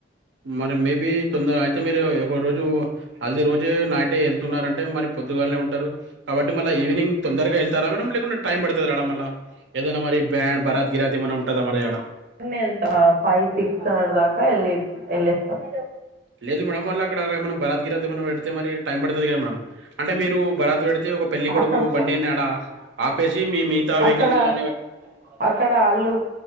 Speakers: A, on the right; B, on the right.
A: మరి మేబీ తొందర అయితే మీరు ఒక రోజు హల్దిీ రోజే నైటే వెళ్తున్నారంటే మరి పొద్దుగాలానే ఉంటారు కాబట్టి మళ్ళా ఈవినింగ్ తొందరగా వెళ్తారా మేడం లేకుండా టైం పడుతదా రాడా మళ్ళ ఇగా మరి బ్యాండ్ బరాత్ గిరాత్ ఏమాన్నా ఉంటందా మరి అక్కడ
B: నినే వెళ్తా ఫైవ్ సిక్స్ అర్ దాకా ఎళ్లి వస్తాన్
A: లేదు మేడం మళ్ళ అక్కడ ఏనా బరాత్ గిరాత్ ఏమనా పెడితే మరి టైం పడుతది కదా మేడం అంటే మీరు భరాత్ పెడితే ఒక పెళ్లి కొడుకు
B: అక్కడ
A: బండిని అడ ఆపేసి మీ మిగతా వెహికల్స్
B: అక్కడ
A: ఇలా
B: అక్కడ అల్లు